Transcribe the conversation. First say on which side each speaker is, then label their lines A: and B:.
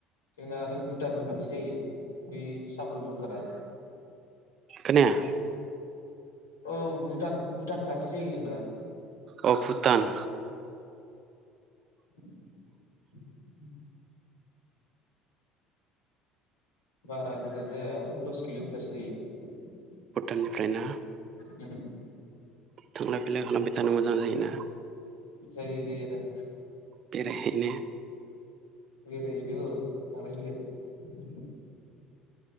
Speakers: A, on the left; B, on the right.
A: जोंना आरो भुटानबो खाथि जायो बै सामब्रुप जंखारा।
B: खोनाया।
A: औ भुटान भुटान खाथि जायो जोंना।
B: अह भुटान।
A: <inaudible> बारा गोजान जाया दस किल'मिटार सो जायो।
B: भुटाननिफ्रायना?
A: उम।
B: थांलाय फैलाय खालामबाय थानो मोजां जायोना?
A: जायो जायो आदा।
B: बेरायहैनो
A: ओरैनो औ थांलाय फैलाय।